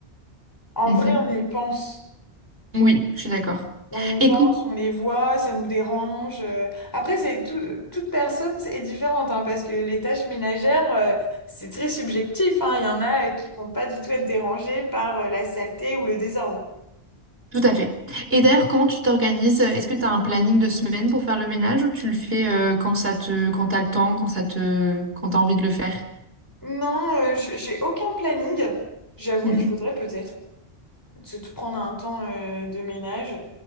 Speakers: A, on the left; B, on the right.
A: en
B: Mhm.
A: vrai, on y pense.
B: Oui, je suis d'accord.
A: On y
B: Et
A: pense,
B: comment-
A: on les voit, ça nous dérange. euh. Après, c'est tout- toute personne est différente, hein, parce que les tâches ménagères, euh, c'est très subjectif, hein. Il y en a euh, qui vont pas du tout être dérangés par euh, la saleté ou le désordre.
B: Tout à fait. Et d'ailleurs, comment tu t'organises? Est-ce que tu as un planning de semaine pour faire le ménage ou tu le fais euh, quand ça te quand t'as le temps, quand ça te quand t'as envie de le faire?
A: Non, euh, j- j'ai aucun planning. J'avoue,
B: Mhm.
A: il faudrait peut-être se tout prendre un temps euh, de ménage.